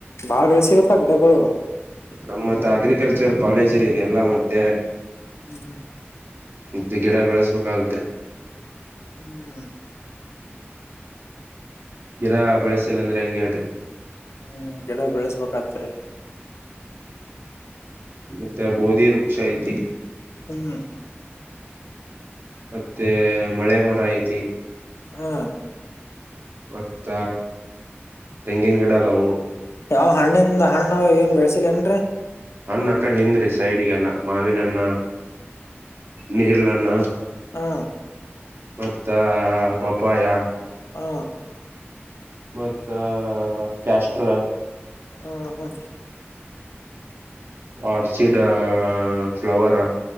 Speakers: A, on the left (about 80°); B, on the right (about 55°).
A: ಬಾಳ ಬೆಳೆಸಿರಪ್ಪಾ ಗಿಡಗಳು
B: ನಮ್ಮತ್ ಅಗ್ರಿಕಲ್ಚರ್ ಕಾಲೇಜ ಇದೆ ಎಲ್ಲಾ ಮತ್ತೆ
A: <unintelligible>
B: ಇದ್ದ ಗಿಡ ಬೆಳೆಸ್ಬೇಕಾಗತ್ರಿ
A: <unintelligible>
B: ಗಿರಾ ಬೆಳೆಸಿಲ್ಲ ಅಂದ್ರೆ ಹೆಂಗೆ ಹೇಳ್ರಿ
A: ಹ್ಮ್ ಗಡ ಬೆಳೆಸ್ಬೇಕ ಆತ್ರಿ
B: ಮತ್ತೆ ಬೋಧಿ ವೃಕ್ಷ ಐತಿ
A: ಹ್ಮ
B: ಮತ್ತೆ ಮಳೆ ಮರ ಐತಿ
A: ಹ್ಮ
B: ಮತ್ತ ತೆಂಗಿನ ಗಿಡ ಅದವು
A: ಯಾವ್ ಹಣ್ಣಿಂದ ಹಣ್ಣ ನ್ ಏನ್ ಬೆಳಳ್ಸಿಲ್ಲ ನ್ರರಿ
B: ಹಣ್ಣ ಅ ಕಡೆ ಹಿಂದ್ರಿ ಸೈಡ್ಗೆಲ್ಲ ಮಾವಿನನ್ನ ನೀರ್ಲನ್ನ
A: ಹಾ
B: ಮತ್ತ ಪಪ್ಪಾಯ
A: ಹಾ
B: ಮತ್ತ ಕ್ಯಾಸ್ಟ್ರಾ
A: ಹ ಹ
B: ಆರ್ಚಿಡ್ ಫ್ಲವರ್